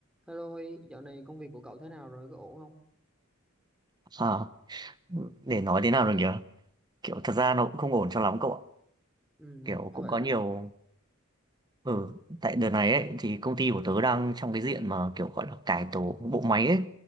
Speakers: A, in the centre; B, on the right (about 20°).
A: Hello Huy, dạo này công việc của cậu thế nào rồi? Có ổn không?
B: à, để nói thế nào được nhỉ kiểu thật ra nó cũng không ổn cho lắm cậu ạ
A: Ừ,
B: kiểu
A: sao
B: cũng
A: vậy
B: có
A: đó?
B: nhiều ừ tại đợt này ấy thì công ty của tớ đang trong cái diện mà kiểu gọi là cải tổ bộ máy ấy